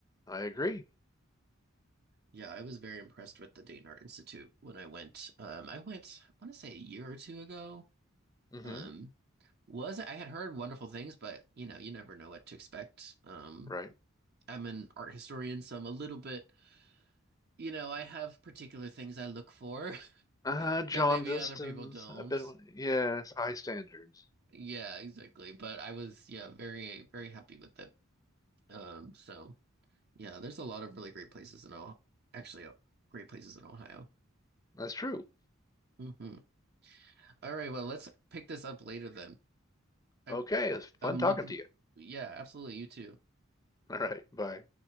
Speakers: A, on the left; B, on the right.
A: I agree.
B: Yeah, I was very impressed with the Dayton Art Institute when I went. Um, I went, I want to say a year or two ago.
A: Mm-hmm.
B: Um, was I had heard wonderful things, but you know, you never know what to expect. Um,
A: Right.
B: I'm an art historian, so I'm a little bit, you know, I have particular things I look for
A: Uh,
B: <laughs>
A: John
B: that maybe
A: Distance.
B: other people don't.
A: A bit. Yes, high standards.
B: Yeah, exactly. But I was, yeah, very, very happy with it. Um, so yeah, there's a lot of really great places in Ohio, actually, uh, great places in Ohio.
A: That's true.
B: hmm All right, well, let's pick this up later then. I,
A: Okay, it's fun
B: I'm
A: talking
B: looking,
A: to you.
B: yeah, absolutely, you too.
A: All right. Bye.